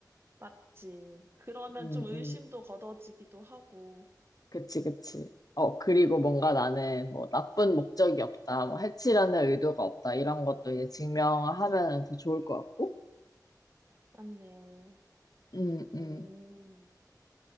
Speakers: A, on the right; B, on the left.
A: 맞지. 그러면
B: 음,
A: 좀 의심도
B: 음.
A: 걷어지기도 하고.
B: 그치, 그치. 어, 그리고 뭔가 나는 뭐 나쁜 목적이 없다, 뭐 해치려는 의도가 없다, 이런 것도 이제 증명하면 더 좋을 것 같고.
A: 맞네.
B: 음, 음.
A: 오.